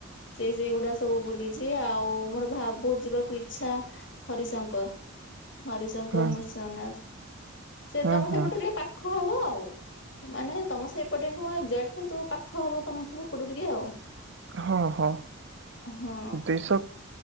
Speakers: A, on the left; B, on the right.
A: ସେ ସେଗୁଡା ସବୁ ବୁଲି ଆଉ ମୋର ଭାରୀ ବହୁତ ଯିବାକୁ ଇଚ୍ଛା ହରିଶଙ୍କର ହରିଶଙ୍କର
B: ହଁ
A: ନୃସିଂହନାଥ ସେ
B: ହଁ
A: ତମ ସେପଟୁ
B: ହଁ
A: ଟିକେ ପାଖ ହବ ଆଉ ମାନେ ତମ ସେ ଏପଟେ ନୁହଁ ଏକ୍ଜାକ୍ଟ କିନ୍ତୁ ପାଖ ହବ ତମ ଏପଟୁ ଟିକେ ଆଉ
B: ହଁ ହଁ
A: ହଁ
B: ଦେଶ